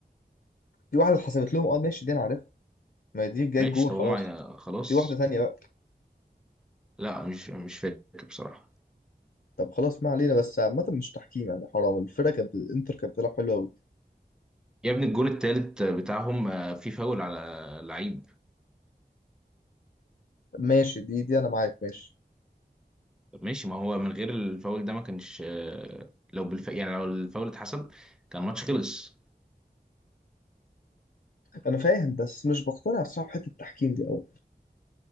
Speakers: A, on the left; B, in the centre.
A: في واحدة اتحسبت لهم اه ماشي دي أنا عارفها ما دي جاي
B: ماشي
A: جون
B: طب
A: خلاص
B: هما خلاص
A: في واحدة تانية بقى
B: لا مش مش فاكر بصراحة
A: طب خلاص ما علينا بس عامة مش تحكيم يعني حرام الفرقة كانت الإنتر كانت بتلعب حلو أوي
B: يا ابني الجول التالت بتاعهم آه، في فاول على لعيب
A: ماشي دي دي أنا معاك ماشي
B: طب ماشي ما هو من غير الفاول ده ما كانش آه، لو بالف... يعني لو الفاول اتحسب كان الماتش خلص
A: أنا فاهم بس مش بقتنع الصراحة بحتة التحكيم دي أوي